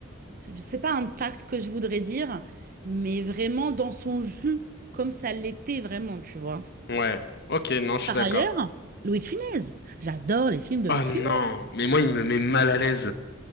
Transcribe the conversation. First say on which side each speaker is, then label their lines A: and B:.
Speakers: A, on the right; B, on the left.
A: c'est pas intact que je voudrais dire, mais vraiment dans son jus, comme ça l'était vraiment, tu vois.
B: Ouais. Ok, non, je suis
A: Par
B: d'accord.
A: ailleurs, Louis de Funès. J'adore les films de
B: Oh
A: Louis de
B: non,
A: Funès.
B: mais moi, il me met mal à l'aise.